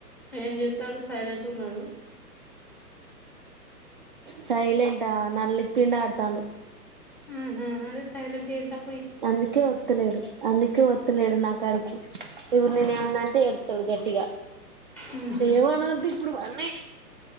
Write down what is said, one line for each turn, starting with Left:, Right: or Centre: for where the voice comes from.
Centre: ఏం చేస తాడు సైలెంట్ ఉన్నాడు.
Right: సైలెంటా నల్లి పిండి ఆడతాండు
Centre: ఆహ అదే సైలెంట్ గా ఏం స
Right: అందుకే ఒత్తలేడు అందుకే వ వత్తలేడు నా కాడికి ఇప్పుడు నేను ఏమన్న అంటే ఏడు ఇగ
Centre: ఉహు
Right: ఏమనద్దు ఇప్పుడు వాన్ని